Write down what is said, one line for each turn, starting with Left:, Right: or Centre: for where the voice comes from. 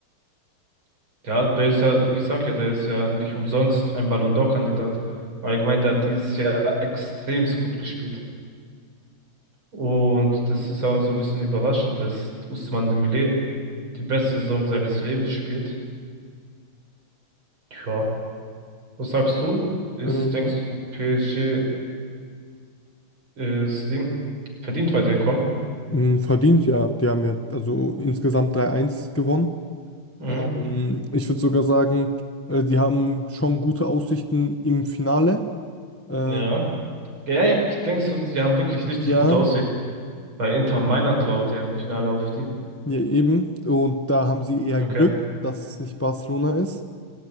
Right: Ja, der ist ja, ich sag ja, der ist ja nicht umsonst ein Ballon d'Or-Kandidat. Allgemein, der hat dieses Jahr extremst gut gespielt. Und das ist auch so ein bisschen überraschend, dass Ousmane Dembélé die beste Saison seines Lebens spielt. ja Was sagst du? Ist,
Left: Ähm,
Right: denkst du, PSG ist Ding verdient weitergekommen?
Left: mh, verdient ja, die haben ja also insgesamt 3-1 gewonnen.
Right: Mhm.
Left: Ähm, ich würde sogar sagen, äh, die haben schon gute Aussichten im Finale. Ähm,
Right: Ja. Ja, echt? Denkst du, die haben wirklich richtig
Left: ja,
Right: gut aussehen? Weil Inter Mailand laut ja im Finale auf die.
Left: ja, eben. Und da haben sie eher
Right: Okay.
Left: Glück, dass es nicht Barcelona ist,